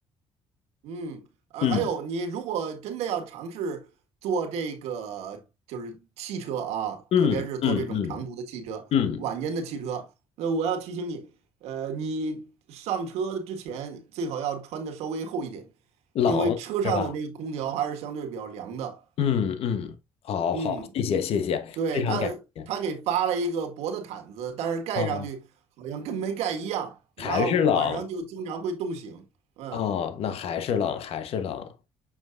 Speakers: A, on the right; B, on the left.
A: 嗯，呃，
B: 嗯
A: 还有你如果真的要尝试坐这个就是汽车啊，
B: 嗯嗯嗯
A: 特别是坐这种长途的汽车、
B: 嗯，
A: 晚间的汽车，那我要提醒你，呃，你上车之前最好要穿的稍微厚一点，
B: 冷是吧？
A: 因为车上的那个空调还是相对比较凉的。
B: 嗯嗯，好好，
A: 嗯，
B: 谢谢谢谢，
A: 对，
B: 非常感谢。
A: 他他给发了一个薄的毯子，但是盖上去好像跟没盖一样，
B: 啊，
A: 然后晚上就经常会冻醒。
B: 还是冷
A: 嗯。
B: 哦，那还是冷，还是冷。